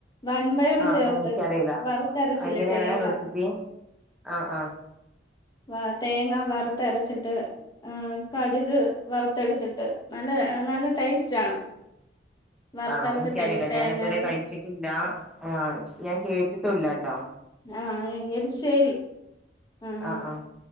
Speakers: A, on the left; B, in the centre.
A: വൻപയർ
B: ആഹ്
A: ചേർത്ത്
B: എനിക്കറിയില്ല
A: വറുത്തരച്ചില്ലേ
B: എങ്ങനെയാണ്
A: തേങ്ങ
B: റെസിപ്പി ആഹ് ആഹ്
A: ആ തേങ്ങ വറു വരുത്തറച്ചിട്ട് കടുക് വറുത്തെടുത്തിട്ട് നല്ല നല്ല ടേസ്റ്റ് ആണ് വറുത്തരച്ച
B: ആണോ എനിക്കറിയില്ല
A: തേ തേങ്ങയാണ്
B: ഞാന് ഇതുവരെ കഴിച്ചിട്ടില്ല ആ ഞാൻ കേട്ടി കേട്ടിട്ടും ഇല്ലാട്ടോ
A: ആ എരിശ്ശേരി ശെരി ആ ആ
B: ആഹ് ആഹ്